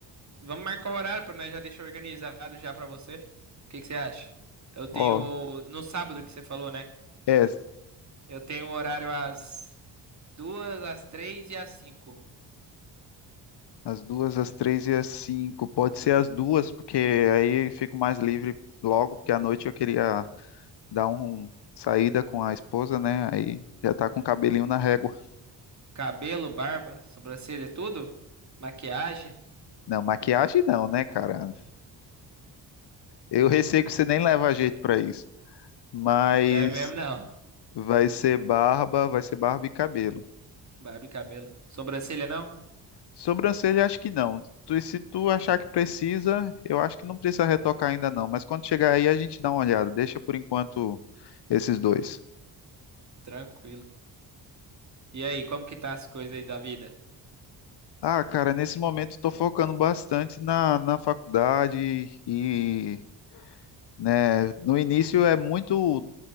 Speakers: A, on the right; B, on the left.
A: Vamos marcar o horário pra nós já deixar organizado já pra você. O que que você acha? Eu tenho
B: Ó,
A: no sábado que você falou, né?
B: é,
A: Eu tenho o horário às duas, às três e às cinco.
B: às duas, às três e às cinco. Pode ser às duas, porque aí eu fico mais livre logo, porque à noite eu queria dar um saída com a esposa, né? Aí já tá com o cabelinho na régua.
A: Cabelo, barba, sobrancelha, tudo? Maquiagem?
B: Não, maquiagem não, né, cara? Eu receio que você nem leva jeito pra isso. mas
A: Não leve mesmo não.
B: vai ser barba, vai ser barba e cabelo.
A: Barba e cabelo. Sobrancelha não?
B: Sobrancelha, acho que não. Tu- se tu achar que precisa, eu acho que não precisa retocar ainda não, mas quando chegar aí a gente dá uma olhada. Deixa por enquanto esses dois.
A: Tranquilo. E aí, como que tá as coisas aí da vida?
B: Ah, cara, nesse momento estou focando bastante na, na faculdade e, né, no início é muito